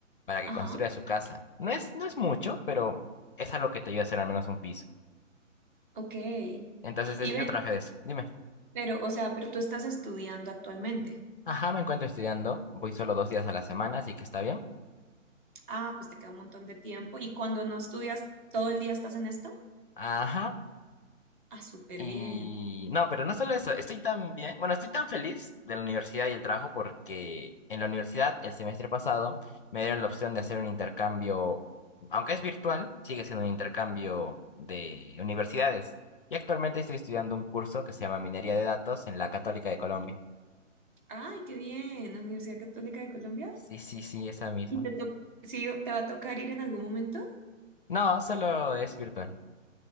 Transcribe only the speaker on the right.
Ajá.
Ok.
Y
ven,
pero, o sea, pero tú estás estudiando actualmente.
Ah, pues te queda un montón de tiempo. ¿Y cuando no estudias, todo el día estás en esto?
Ah, súper
bien.
Ay, qué bien. Universidad Católica de Colombia.
¿Y te to- sí, te va a tocar ir en algún momento?